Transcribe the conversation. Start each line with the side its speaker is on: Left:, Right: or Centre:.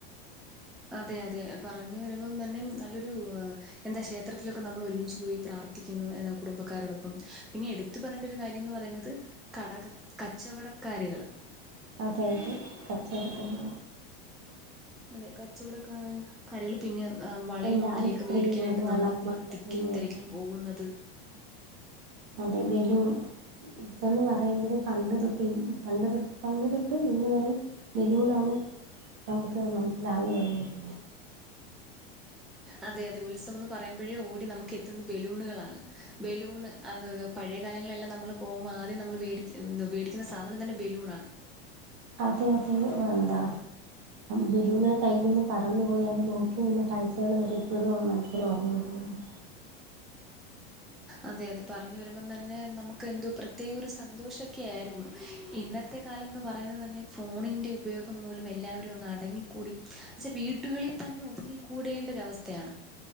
Centre: അതെ അതെ പറഞ്ഞു വരുമ്പം തന്നെ നല്ലൊരു എന്താ ക്ഷേത്രത്തിലൊക്കെ നമ്മൾ ഒരുമിച്ച് പോയി പ്രാർത്ഥിക്കുന്നു എന്ന കുടുംബക്കാരോടൊപ്പം പിന്നെ എടു- എടുത്ത് പറയേണ്ട ഒരു കാര്യം എന്ന് പറയുന്നത് കട കച്ചവടക്കാരികൾ
Right: അതെയതെ കച്ചോടക്കാർ
Centre: അതെ കച്ചവടക്കാര് കടകളിൽ പിന്നെ വളയും
Right: എന്താ
Centre: മാലയൊക്കെ
Right: ഐസ്ക്രീം
Centre: മേടിക്കാനായിട്ട്
Right: വള
Centre: നമ്മൾ
Right: മാല
Centre: തിക്കിലും
Right: എന്നിവയെല്ലാം
Centre: തിരക്കിലും പോകുന്നത്
Right: അതെ ബലൂൺ ഉത്സവം ന്ന് പറയുമ്പോഴേ പണ്ട് തൊട്ട് പണ്ട് ത പണ്ട് തൊട്ട് ഇന്ന് വരെ ബലൂൺ ആണ് നമുക്ക് മനസ്സിലാകെ വരുന്നത്
Centre: അതെ അതെ ഉത്സവം എന്ന് പറയുമ്പോഴേ ഓടി നമുക്ക് എത്തുന്നത് ബലൂണുകളാണ് ബലൂൺ അത് പഴയകാലങ്ങളെല്ലാം നമ്മൾ പോകുമ്പോൾ ആദ്യം നമ്മൾ വേടി വേടിക്കുന്ന സാധനം തന്നെ ബലൂൺ ആണ്
Right: അതെ അതെ എന്താ ബലൂൺ കയ്യിൽ നിന്ന് പറന്നു പോയി അത് നോക്കി നിന്ന കാഴ്ചകൾ വരെ ഇപ്പോഴും മനസ്സിൽ ഓർമ്മ വരുന്നൊണ്ട്
Centre: അതെ, അതെ, പറഞ്ഞ് വരുമ്പം തന്നെ നമുക്ക് എന്തോ പ്രത്യേക ഒരു സന്തോഷം ഒക്കെ ആയിരുന്നു. ഇന്നത്തെ <unintelligible> കാലം എന്ന് പറയുന്നത് തന്നെ ഫോണിൻ്റെ ഉപയോഗം മൂലം എല്ലാവരും അങ്ങ് അടങ്ങിക്കൂടി പക്ഷേ, വീട്ടുകളിൽ തന്നെ ഒതുങ്ങിക്കൂടേണ്ട ഒരവസ്ഥയാണ്.